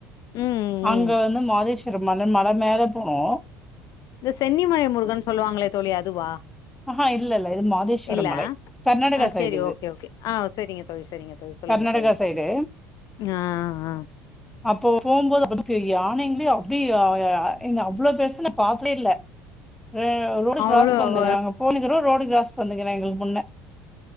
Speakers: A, on the left; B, in the centre.
A: ம் ம்
B: அங்க
A: ம்.
B: வந்து மாதேஷ் கிறப் மனன் மல மேலே போனோ
A: இந்த சென்னிமலை முருகன் சொல்லுவாங்ளே தோழி அதுவா
B: ஆஹா இல்ல இல்ல இது மாதேஸ்வரம்
A: இல்ல
B: மலை. கர்நாடகா
A: அ
B: சைடு
A: செரி
B: இது.
A: ஓகே ஓகே ஆ செரிங்க தோழி செரிங்க தோழி சொல்லுங்க
B: கர்நாடகா
A: தோழி
B: சைடு
A: ஆ ஆ
B: அப்போ போம்போது <inaudible> <unintelligible> யானைங்ளே அப்டி ஆ அவ்ளோ பெர்சு ந பாத்தே இல்ல அ ரோடு
A: அவ்ளோ
B: க்ராஸ் பண்துங்க
A: அவ
B: நாங்க போய்ணுக்றோ ரோடு க்ராஸ் பண்துங்கெ எங்ளுக் முன்ன